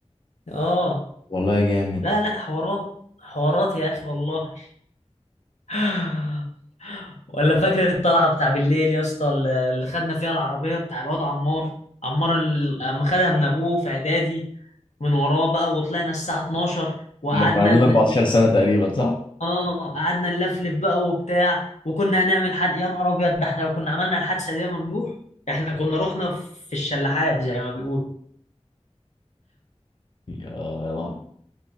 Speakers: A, on the left; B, on the left.
A: اه
B: والله جامد
A: لا لا حوارات حوارات يا اخي والله <sighs> ولا فاكر الطلعه بتاع بالليل يا اسطى اللي اللي خدنا فيها العربيه بتاع الواد عمار عمار ال- اما خدها من ابوه في اعدادي من وراه بقى وطلعنا الساعه 12 وقعدنا
B: ما كان عندنا
A: ن...
B: 14 سنة تقريبا صح؟
A: اه قعدنا نلفلف بقى وبتاع وكنا هنعمل حد يا نهار ابيض ده احنا لو كنا عملنا الحادثه دي يا ممدوح احنا كنا رحنا في الشلاحات زي ما بيقول
B: يا يلا